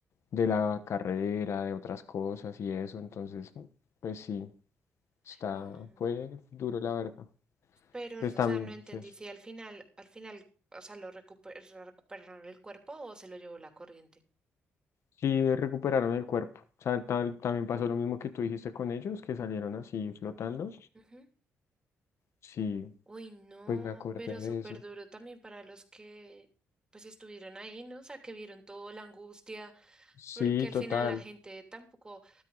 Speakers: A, on the left (about 65°); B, on the right (about 15°).
A: de la carrera, de otras cosas y eso, entonces, pues sí, está,
B: No.
A: fue duro la verdad.
B: Pero,
A: Pues también,
B: o sea, no entendí
A: es eso.
B: si al final, al final, o sea, lo recuper- recuperaron el cuerpo o se lo llevó la corriente.
A: Sí, recuperaron el cuerpo. O sea, tal- también pasó lo mismo que tú dijiste con ellos, que salieron así flotando.
B: Ujú.
A: Sí,
B: Uy, no,
A: pues me acordé
B: pero
A: de
B: súper
A: eso.
B: duro también para los que pues estuvieron ahí, ¿no? O sea, que vieron toda la angustia,
A: Sí,
B: porque al
A: total.
B: final la gente tampoco,